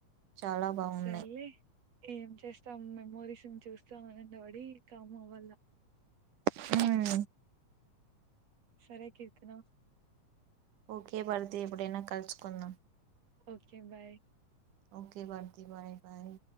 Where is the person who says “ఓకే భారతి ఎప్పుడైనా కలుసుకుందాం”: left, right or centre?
Right